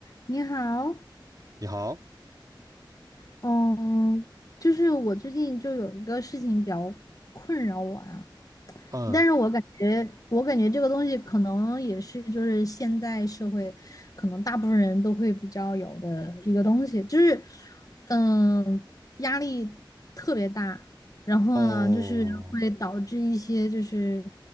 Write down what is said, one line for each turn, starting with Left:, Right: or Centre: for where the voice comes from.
Left: 你好，
Right: 你好，
Left: 嗯，就是我最近就有一个事情比较困扰我呀、
Right: 嗯，
Left: 但是我感觉，我感觉这个东西可能也是，就是现在社会可能大部分人都会比较有的一个东西，就是，嗯，压力特别大，然后呢，
Right: 哦，
Left: 就是会导致一些，就是